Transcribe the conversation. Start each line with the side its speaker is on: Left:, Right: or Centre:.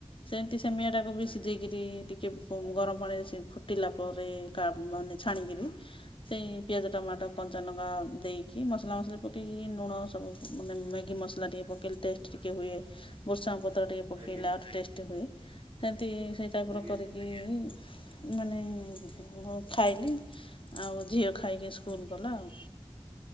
Left: ସେମିତି ସିମେଇଆ ଟାକୁ ବି
Right: ଆଜ୍ଞା
Left: ସିଝେଇକରି ଟିକେ ଗରମ ପାଣିରେ ସେ ଫୁଟିଲା ପରେ କା ମାନେ ଛାଣିକିରି ସେଇ ପିଆଜ ଟମାଟୋ
Right: ଆଜ୍ଞା
Left: କଞ୍ଚା ଲଙ୍କା ଦେଇକି ମସଲା ମସଲି ପକେଇକି ଲୁଣ ସବୁ ମାନେ ମ୍ୟାଗି ମସଲା ଟିକେ ପକେଇଲେ ଟେଷ୍ଟ ଟିକିଏ ହୁଏ ବୃଷଙ୍ଗ ପତ୍ର ଟିକେ ପକେଇଲେ
Right: ଆଜ୍ଞା
Left: ଆଉ ଟେଷ୍ଟ ହୁଏ ସେମିତି ସେଇ ଟାଇପ୍
Right: ଆଜ୍ଞା।
Left: ର କରିକି ମାନେ ମୁଁ ଖାଇଲି ଆଉ ଝିଅ ଖାଇକି ସ୍କୁଲ ଗଲା ଆଉ।